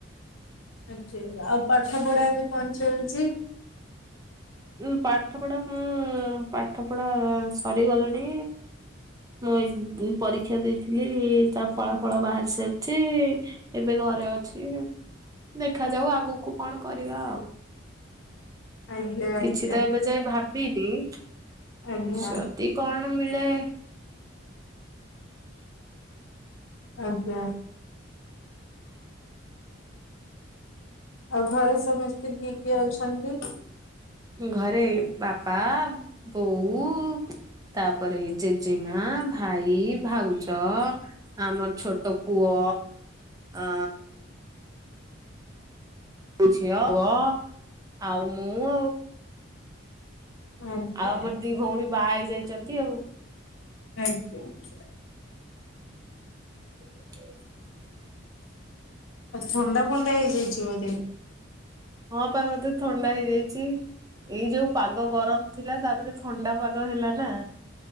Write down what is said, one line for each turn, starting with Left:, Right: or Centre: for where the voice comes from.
Left: ଆଚ୍ଛା ଆଉ ପାଠ ପଢା ବି କଣ ଚାଲିଛି
Right: ଉଁ ପାଠ ପଢା ମୁଁ ପାଠ ପଢା ସରିଗଲାଣି ମୁଁ ଏଇ ପରୀକ୍ଷା ଦେଇଥିଲି ତା ଫଳା ଫଳ ବାହାରି ସାରିଛି ଏବେ ଘରେ ଅଛି ଦେଖାଯାଉ ଆଗକୁ କଣ କରିବା ଆଉ
Left: ଆଜ୍ଞା ଆଜ୍ଞା
Right: କିଛି ତ ଏବେ ଯାଏଁ ଭାବିନି
Left: ଆଜ୍ଞା
Right: ଯଦି କଣ ମିଳେ
Left: ଆଜ୍ଞା। ଆଉ ଘରେ ସମସ୍ତେ କିଏ କିଏ ଅଛନ୍ତି?
Right: ଘରେ ବାପା ବୋଉ ତାପରେ ଜେଜେମା ଭାଇ ଭାଉଜ ଆମର ଛୋଟ ପୁଅ ଅ ଝିଅ ପୁଅ ଆଉ ମୁଁ
Left: ଆଜ୍ଞା
Right: ଆଉ ଆମର ଦି ଭଉଣୀ ବାହା ହେଇଯାଇଛନ୍ତି ଆଉ
Left: ଆଜ୍ଞା ଆଜ୍ଞା
Right: ହ <inaudible>
Left: ଥଣ୍ଡା ଫଣ୍ଡା ହେଇଯାଇଛି ବୋଧେ,
Right: ହଁ ପା ମତେ ଥଣ୍ଡା ହେଇଯାଇଛି। ଏଇ ଯୋଉ ପାଗ ଗରମ ଥିଲା ତାପରେ ଥଣ୍ଡା ପାଗ ହେଲା ନା